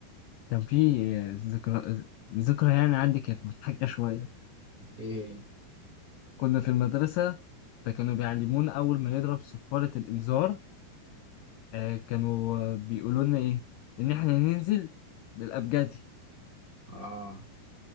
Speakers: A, on the left; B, on the right.
A: كان في آه، ذكرى ذكرى يعني عندي كانت مضحكة شوية
B: ايه هي
A: كنا في المدرسة فكانوا بيعلمونا أول ما نضرب صفارة الإنذار آه، كانوا آه، بيقولوا لنا إيه إن إحنا ننزل بالأبجدي
B: اه